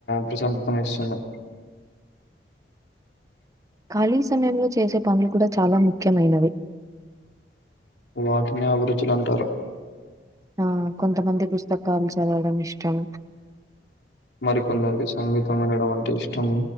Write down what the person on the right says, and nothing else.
ఖాళీ సమయంలో చేసే పనులు కూడా చాలా ముఖ్యమైనవి
ఆ కొంతమంది పుస్తకాలు చదవడం ఇష్టం